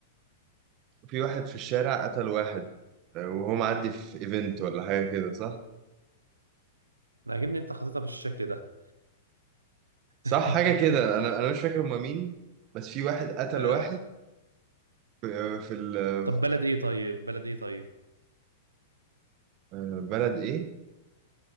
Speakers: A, on the right; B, on the right.
A: في واحد في الشارع قتل واحد آه، وهو معدي في ايفنت ولا حاجة كده صح؟
B: انا عاجبني انت حاططها بالشكل ده
A: صح
B: <laughs>
A: حاجة كده أنا أنا مش فاكر هما مين بس في واحد قتل
B: آه
A: واحد في, آه، في ال-
B: طب بلد ايه طيب؟ بلد ايه طيب؟
A: آه، بلد إيه؟